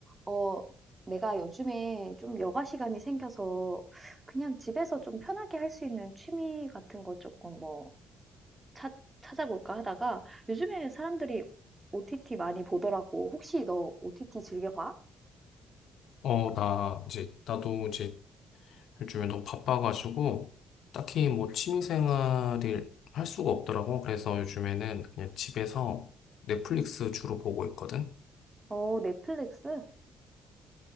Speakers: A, on the right (about 20°); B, on the left (about 70°).
A: 어, 내가 요즘에 좀 여가 시간이 생겨서 그냥 집에서 좀 편하게 할 수 있는 취미 같은 거 조금 뭐 찾, 찾아볼까 하다가 요즘에 사람들이 OTT 많이 보더라고. 혹시 너 OTT 즐겨봐?
B: 어, 나 이제 나도 이제 요즘에 너무 바빠가지고 딱히
A: 응.
B: 뭐 취미생활을 할 수가 없더라고. 그래서 요즘에는 그냥 집에서 넷플릭스 주로 보고 있거든.
A: 어, 넷플릭스?